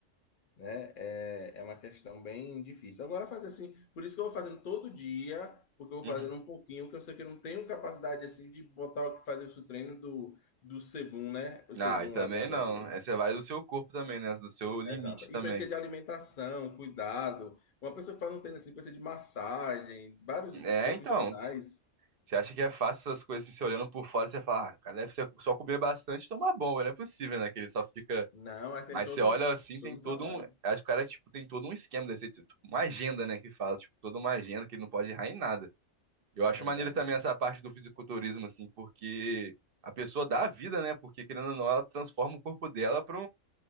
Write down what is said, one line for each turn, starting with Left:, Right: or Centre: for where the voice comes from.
Left: né? É, é uma questão bem difícil. Agora, fazer assim, por isso que eu vou fazendo todo dia, porque eu vou
Right: Uhum.
Left: fazendo um pouquinho, que eu sei que eu não tenho capacidade, assim, de botar, o que fazer esse treino do, do Sebum, né? O Sebum
Right: Ah, e também
Left: lá da... da-
Right: não.
Left: do- do-
Right: É, você vai do seu corpo também, né? Do seu limite
Left: Exato.
Right: também.
Left: E precisa de alimentação, cuidado. Uma pessoa que faz um treino assim, precisa de massagem, vários
Right: É,
Left: profissionais.
Right: então. Você acha que é fácil essas coisas, assim, você olhando por fora, você fala, ah, o cara deve ser só comer bastante e tomar bomba, não é possível, né? Que ele só fica.
Left: Não, mas tem
Right: Mas
Left: todo,
Right: você olha assim, tem
Left: todo
Right: todo
Left: um trabalho.
Right: um. Acho que o cara, tipo, tem todo um esquema desse, tipo, tipo, uma agenda, né? Que fala, tipo, toda uma agenda que ele não pode errar em nada. Eu acho
Left: Exatamente.
Right: maneiro também essa parte do fisiculturismo, assim, porque a pessoa dá a vida, né? Porque, querendo ou não, ela transforma o corpo dela para